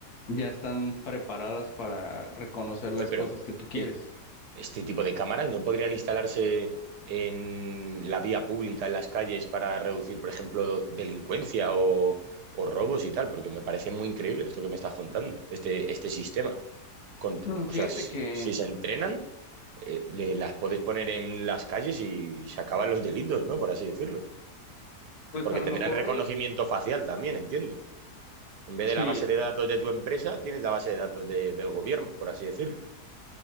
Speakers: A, on the left; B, on the right.
A: ya están preparadas para reconocer
B: Joder,
A: las
B: pero...
A: cosas que tú quieres.
B: eh, este tipo de cámaras no podrían instalarse en la vía pública, en las calles, para reducir, por ejemplo, delincuencia o, o robos y tal, porque me parece muy increíble esto que me estás contando, este, este sistema. Con-
A: Mm, Fíjate
B: o sea, si,
A: que,
B: si se entrenan, eh, le- las puedes poner en las calles y, se acaban los delitos, ¿no? Por así decirlo.
A: pues
B: Porque
A: a lo
B: tendrán
A: mejor
B: reconocimiento facial también, entiendo. En vez
A: sí.
B: de la base de datos de tu empresa, tienes la base de datos de- del gobierno, por así decirlo.